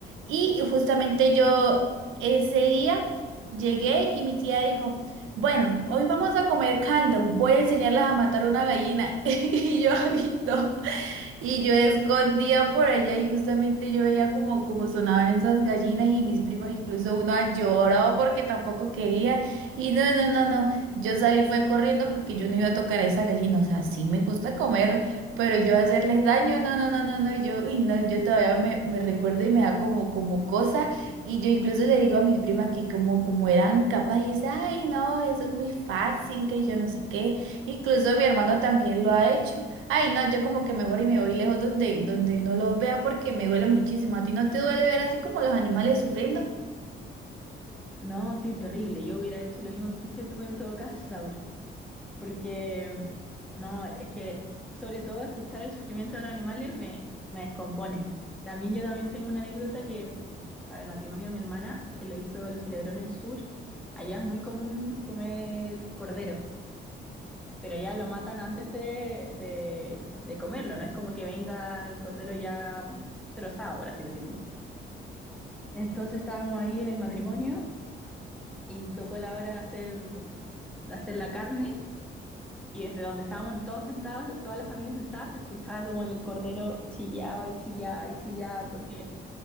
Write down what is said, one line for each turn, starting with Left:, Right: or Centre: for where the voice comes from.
Right: Y justamente yo ese día llegué y mi tía dijo, bueno, hoy vamos a comer caldo, voy a enseñarlas a matar una gallina. <laughs> Y yo, "Ay, no". Y yo escondía por allá y justamente yo veía como, como sonaban esas gallinas y mis primas, incluso una lloraba porque tampoco quería. Y no, no, no, no, yo salí fue corriendo porque yo no iba a tocar a esa gallina. O sea, sí me gusta comer, pero yo hacerles daño, no, no, no, no, no. Y yo, y no, yo todavía me, me recuerdo y me da como, como cosa. Y yo incluso le digo a mis primas que como, como eran capaces, ay, no, eso es muy fácil, que yo no sé qué. Incluso mi hermano también lo ha hecho. Ay, no, yo como que mejor y me voy lejos donde, donde no los vea porque me duele muchísimo. ¿A ti no te duele ver así como los animales sufriendo?
Centre: No, sí, terrible. Yo hubiera hecho lo mismo que hiciste tú en todo caso, Saur. porque mm, no, es que sobre todo escuchar el sufrimiento de los animales me, me descompone. También yo también tengo una anécdota que para el matrimonio de mi hermana, que lo hizo, lo celebró en el sur, allá es muy común comer cordero, pero ya lo matan antes de, de, de comerlo, no es como que venga el cordero ya trozado, por así decirlo. Entonces estábamos ahí en el matrimonio y tocó la hora de hacer, de hacer la carne Y desde donde estábamos todos sentados, la- toda la familia sentada, se escuchaba como el cordero chillaba y chillaba y chillaba porque